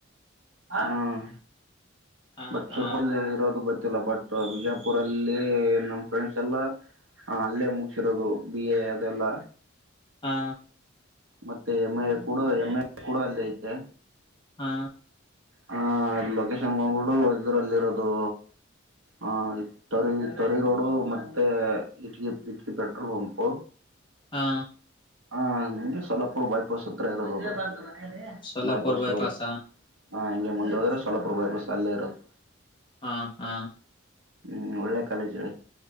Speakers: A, on the right; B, on the left.
A: ಹ್ಮ್
B: ಹಾ
A: ಬಟ್
B: ಹಾ
A: ಸ್ವಲ್ಪ ಲೇಟ್ ಇರೋದು ಗೊತ್ತಿಲ್ಲ ಬಟ್ ವಿಜಾಪುರ ಅಲ್ಲಿ ನಮ್ ಫ್ರೆಂಡ್ಸ್ ಎಲ್ಲಾ. ಹ ಅಲ್ಲೇ ಮುಗಸಿರೋದು ಬಿ ಎ ಅದೆಲ್ಲ.
B: ಹಾ.
A: ಮತ್ತೆ ಎಂ ಐ ಕೂಡ ಎಮ್ ಐ ಕೂಡ ಅಲ್ಲಿ ಐತೆ.
B: ಹಾ
A: ಹ ಲೊಕೇಶನ್ ಬಂದ್ಬಿಡು ಇದ್ರಲ್ಲಿ ಇರೋದು. ಹ ತೊರಿ ತೋರಿ ರೋಡು ಮತ್ತೆ ಇಟ್ಕಿ ಇಟ್ಕಿ ಪೆಟ್ರೋಲ್ ಪಂಪ್
B: ಹಾ
A: ಹ ಹಿಂಗೆ ಸಲಾಪುರ್ ಬೈಪಾಸ್ ಹತ್ರ ಇರೋದು ಅದು.
B: ಸೋಲಾಪುರ್
A: ಬೈಪಾಸ್
B: ಬೈಪಾಸ
A: ಹೋಗ ಹ ಹಿಂಗೆ ಮುಂದೆ ಹೋದ್ರೆ ಸೊಲ್ಲಾಪುರ ಬೈಪಾಸ್ ಅಲ್ಲೇ ಇರದು.
B: ಹಾ ಹಾ
A: ಹ್ಮ್ ಒಳ್ಳೆ ಕಾಲೇಜೆ.